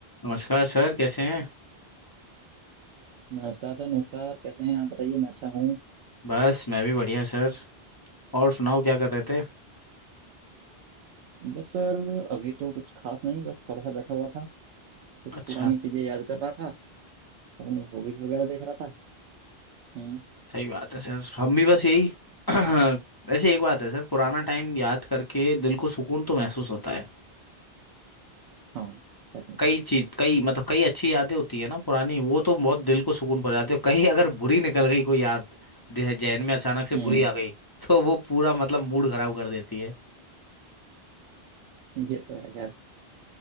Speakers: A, on the left (about 25°); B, on the right (about 80°).
A: नमस्कार सर कैसे हैं
B: नमस्कार सर नमस्कार कैसे हैं आप बताइए मैं अच्छा हूँ
A: बस मैं भी बढ़िया सर और सुनाओ क्या कर रहे थे
B: बस सर अभी तो कुछ खास नहीं बस थोड़ा सा बैठा हुआ था कुछ
A: अच्छा
B: पुरानी चीजें याद कर रहा था अपनी हॉबीज वगैरह देख रहा था हम्म
A: सही बात है सर हम भी बस यही <clears throat> वैसे एक बात है सर पुराना टाइम याद करके दिल को सुकून तो महसूस होता है
B: हाँ डेफिनेटली
A: कई चीज कई मतलब कई अच्छी यादें होती है ना पुरानी वो तो बहुत दिल को सुकून पहुंचाती है कहीं अगर बुरी निकल गई कोई याद दे- जहन में अचानक से
B: हम्म
A: बुरी आ गई तो वो पूरा मतलब मूड खराब कर देती है
B: ये तो है खैर